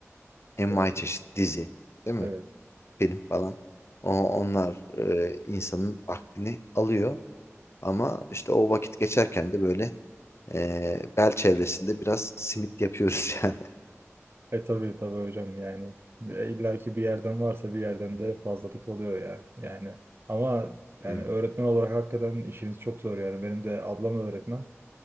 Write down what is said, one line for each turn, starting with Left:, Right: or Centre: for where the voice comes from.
Left: envai
Right: Ee,
Left: çeşit dizi, değil mi?
Right: evet.
Left: Film falan. O, onlar e, insanın vaktini alıyor. Ama işte o vakit geçerken de böyle ee, bel çevresinde biraz simit yapıyoruz <laughs> yani.
Right: E tabii tabii hocam yani. E, İlla ki bir yerden varsa bir yerden de fazlalık oluyor ya. Yani ama yani
Left: Hmm.
Right: öğretmen olarak hakikaten işiniz çok zor yani. Benim de ablam öğretmen.